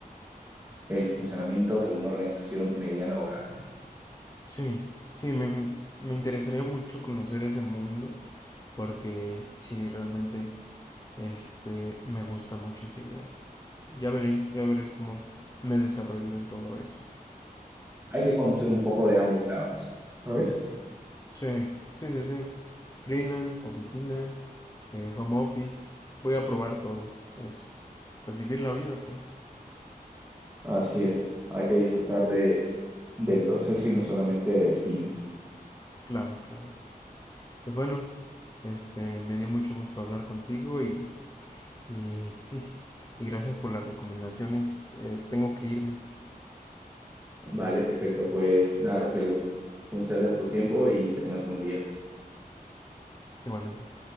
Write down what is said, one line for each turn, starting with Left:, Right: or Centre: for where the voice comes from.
Right: el funcionamiento de una organización mediana o grande.
Left: Sí, sí, me, me interesaría mucho conocer ese mundo porque sí, realmente este, me gusta mucho esa idea. Ya veré, ya veré cómo me desarrollo en todo eso.
Right: Hay que conocer un poco de ambos lados. ¿Sabes?
Left: Sí, sí, sí, sí. Freelance, oficina, eh, home office. Voy a probar todo. Es, pues vivir la vida, pues.
Right: Así es, hay que disfrutar de, del proceso y no solamente del fin.
Left: Claro, claro. Pues bueno, este, me dio mucho gusto hablar contigo y, y, <laughs> y gracias por las recomendaciones. Eh, tengo que irme,
Right: Vale, perfecto. Pues nada, Rogelio, muchas gracias por tu tiempo y que tengas un buen día.
Left: igualmente.